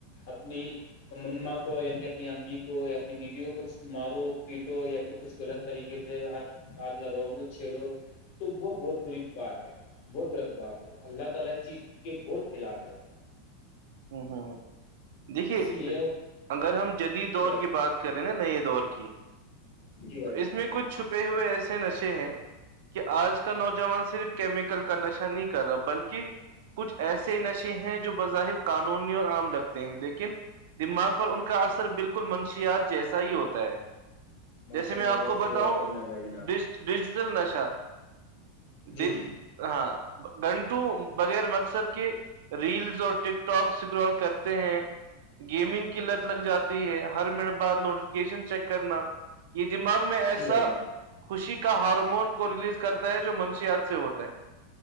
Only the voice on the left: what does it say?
اپنی ما کو یعنی کہ اپنی امی کو یا اپنی بیوی کو کچھ مارو پیٹو یا پھر کچھ غلط طریقے سے ہاتھ ہاتھ لگاؤ ان کو چھیڑو تو وہ بہت بری بات ہے بہت غلط بات ہے اللہ تعالی اس چیز کے بہت خلاف ہے
اسی لیے
جی بھائی
جان
جی بجہ
سر
ماشاء
اللہ
بہت
صحیح
بات فرمائی بھائی جان آپ نے
جی جی
جی بھائی جان